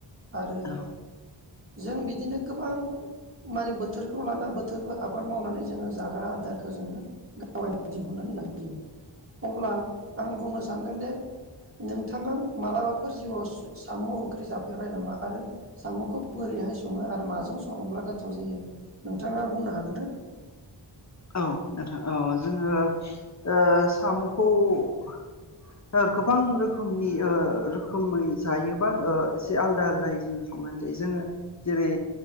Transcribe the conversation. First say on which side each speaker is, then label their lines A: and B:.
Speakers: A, on the right; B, on the left.
A: आरो
B: औ
A: जों बिदिनो गोबां माने बोथोरखौ लाना बोथोरबो आबाद मावनानै जोङो जाग्रा आदारखौ जोङो गावाय दिहुननानै लायो अब्ला आं बुंनो सानदों दे नोंथाङा मालाबा फोर जिउआव साम ओंख्रि जाफेरबाय नामा आरो साम'खौ बोरैहाय सङो आरो माजों सङोब्ला गोथाव जायो नोंथाङा बुंनो हागोन ना?
B: औ नोंथां औ जोङो ओ साम' खौ । ओ गोबां रोखोमनि ओ रोखोमै जायोबा ओ एसे आलदा आलदायै जोङो संनानै जायो जोङो जेरै